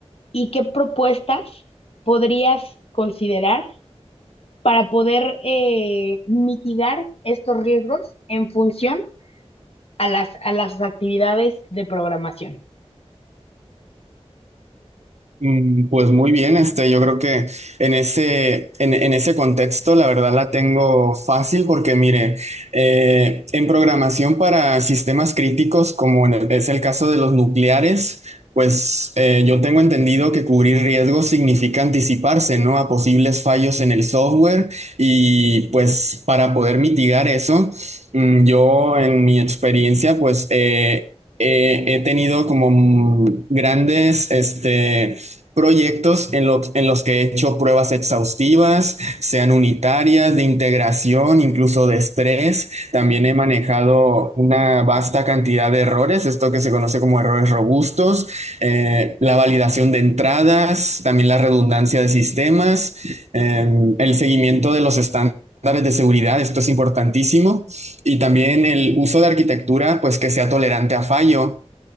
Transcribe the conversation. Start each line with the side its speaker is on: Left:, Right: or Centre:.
Left: y qué propuestas podrías considerar para poder eh, mitigar estos riesgos en función a las, a las actividades de programación?
Right: Mm, Pues muy bien, este, yo creo que en ese, en, en ese contexto la verdad la tengo fácil porque mire, eh, en programación para sistemas críticos, como en el- es el caso de los nucleares, pues eh, yo tengo entendido que cubrir riesgos significa anticiparse, ¿no? A posibles fallos en el software y pues para poder mitigar eso, mm, yo en mi experiencia pues eh, eh, he tenido como mm, grandes, este proyectos en, lo- en los que he hecho pruebas exhaustivas, sean unitarias, de integración, incluso de estrés. También he manejado una vasta cantidad de errores, esto que se conoce como errores robustos, eh, la validación de entradas, también la redundancia de sistemas, eh, el seguimiento de los estándares de seguridad, esto es importantísimo, y también el uso de arquitectura, pues que sea tolerante a fallo,